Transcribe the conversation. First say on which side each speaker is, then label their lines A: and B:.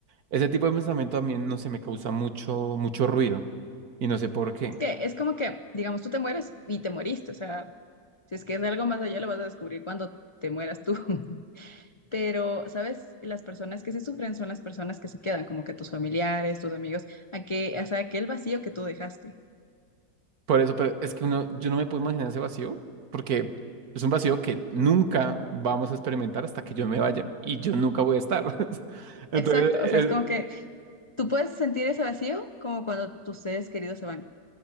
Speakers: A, on the right; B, on the left.
A: Ese tipo de pensamiento también no se me causa mucho, mucho ruido. Y no sé por qué.
B: Es que es como que, digamos, tú te mueres y te moriste, o sea, si es que es algo más allá, lo vas a descubrir cuando te mueras tú. <laughs> Pero, ¿sabes? Las personas que sí sufren son las personas que se quedan, como que tus familiares, tus amigos, a que, o sea, aquel vacío que tú dejaste.
A: Por eso, pero es que uno, yo no me puedo imaginar ese vacío, porque es un vacío que nunca vamos a experimentar hasta que yo me vaya y yo nunca voy a estar. <laughs> Entonces,
B: Exacto,
A: eh,
B: o sea, es como que Tú puedes sentir ese vacío como cuando tus seres queridos se van,